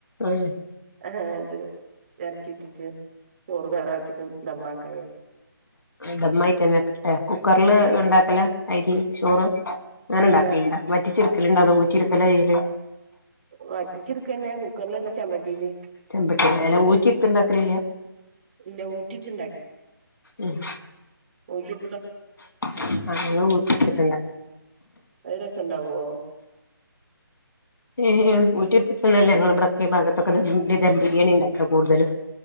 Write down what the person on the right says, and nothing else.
ആഹ അത് ഇറച്ചിട്ടിട്ട് ചോറ് വേറെ വെച്ചിട്ടും ഡമമാക്കായ
ആഹ്
ഇല്ല
വറ്റിച്ചെടുക്കന്നെ കുക്കറിലന്നെ ചമ്പട്ടിയില്
ഇല്ല ഊറ്റിയെടുത്ത്
ക്ക
വൈരസം ഉണ്ടാവോ